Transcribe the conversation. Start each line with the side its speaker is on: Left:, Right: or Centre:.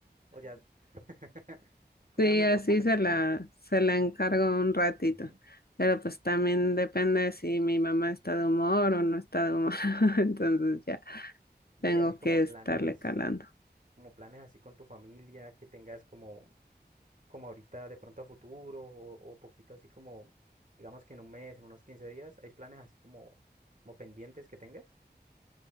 Right: O ya, <laughs> cuídamelo
Left: Sí, así
Right: un momentico.
Left: se la, se la encargo un ratito.
Right: Ujú.
Left: Pero pues también depende si mi mamá está de humor o no está de humor. <laughs> Entonces ya
Right: Ve,
Left: tengo
Right: y así como
Left: que estarle
Right: planes.
Left: calando.
Right: como planes así con tu familia, que tengas como, como ahorita de pronto a futuro o, o poquito así como, digamos que en un mes, en unos 15 días, hay planes así como, como pendientes que tengas?